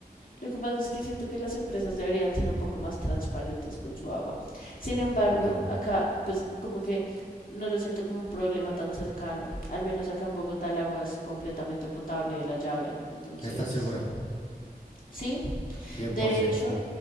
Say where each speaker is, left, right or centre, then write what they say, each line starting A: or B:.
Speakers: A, on the left; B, on the left.
A: Lo que pasa es que siento que las empresas deberían ser un poco más transparentes con su agua. Sin embargo,
B: claro.
A: acá, pues como que no lo siento como un problema tan cercano. Al menos acá en Bogotá el agua es completamente potable de la llave. Entonces,
B: ¿Estás segura?
A: sí,
B: 100%.
A: de hecho,